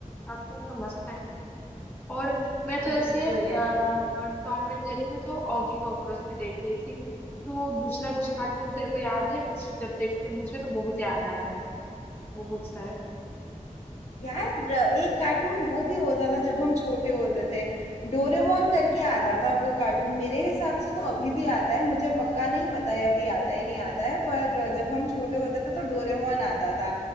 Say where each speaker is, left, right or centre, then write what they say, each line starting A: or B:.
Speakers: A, on the left; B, on the left.
A: कार्टून तो मस्त है और मैं तो ऐसे
B: बिल्कुल
A: टॉम
B: यार
A: एंड जेरी में तो ऑगी कॉकरोच भी देख रही थी तो दूसरा कुछ कार्टून तेरे को याद है कुछ जब देखी थी मुझे तो बहुत याद आ रहा है बहुत सारे
B: यार एक कार्टून वो भी होता था जब हम छोटे होते थे डोरेमोन करके आता था वो कार्टून मेरे हिसाब से तो अभी भी आता है मुझे पक्का नहीं पता है अभी आता है नहीं आता है पर जब हम छोटे होते थे तो डोरेमोन आता था